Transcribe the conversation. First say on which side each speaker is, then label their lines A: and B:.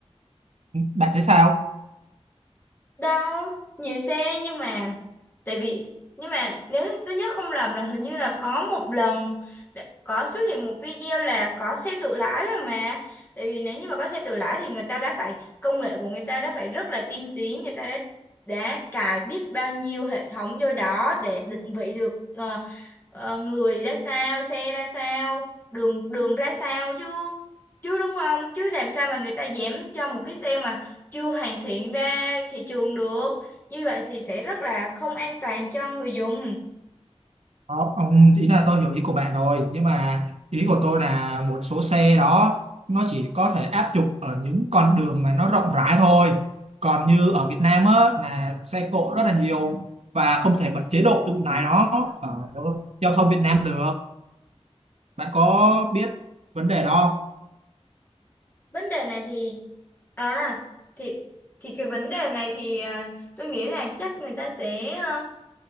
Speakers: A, on the right; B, on the left.
A: bạn thấy sao
B: đâu nhiều xe nhưng mà tại vì nhưng mà nếu tôi nhớ không lầm là hình như là có một lần đã- có xuất hiện một video là có xe tự lái rồi mà tại vì nếu như mà có xe tự lái thì người ta đã phải công nghệ của người ta đã phải rất là tiên tiến người ta đã đã cài biết bao nhiêu hệ thống vô đó để định vị được ờ, ờ, người ra sao xe ra sao đường đường ra sao chứ chứ đúng không chứ làm sao mà người ta dám cho một cái xe mà chưa hoàn thiện ra thị trường được như vậy thì sẽ rất là không an toàn cho người dùng
A: Không, ông ý là tôi hiểu ý của bạn rồi nhưng mà ý của tôi là một số xe đó nó chỉ có thể áp dụng ở những con đường mà nó rộng rãi thôi còn như ở Việt Nam á là xe cộ rất là nhiều và không thể bật chế độ tự lái nó ở giao thông Việt Nam được bạn có biết vấn đề đó không
B: vấn đề này thì à thì thì cái vấn đề này thì à, tôi nghĩ là chắc người ta sẽ à,